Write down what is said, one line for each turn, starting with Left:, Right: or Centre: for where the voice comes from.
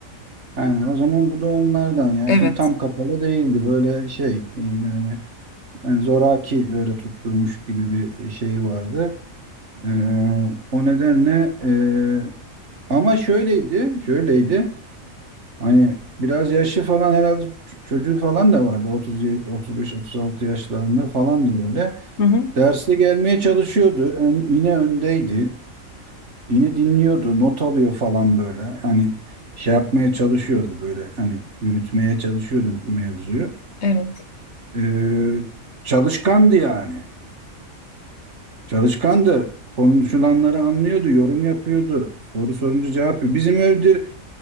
Right: Yani o zaman bu da onlardan yani
Left: Evet.
Right: çünkü tam kapalı değildi böyle şey e, yani, yani zoraki böyle tutturmuş gibi bir şeyi vardı. E, o nedenle e, ama şöyleydi şöyleydi hani biraz yaşlı falan herhalde ç- çocuğu falan da vardı 30 35 36 yaşlarında falandı böyle.
Left: Hı hı,
Right: Derste gelmeye çalışıyordu. Ön- yine öndeydi. Yine dinliyordu, not alıyor falan böyle. Hani şey yapmaya çalışıyordu böyle. Hani yürütmeye çalışıyordu mevzuyu.
Left: evet.
Right: Ee, çalışkandı yani. Çalışkandı. Konuşulanları anlıyordu, yorum yapıyordu. Soru sorunca cevap veriyor. Bizim evde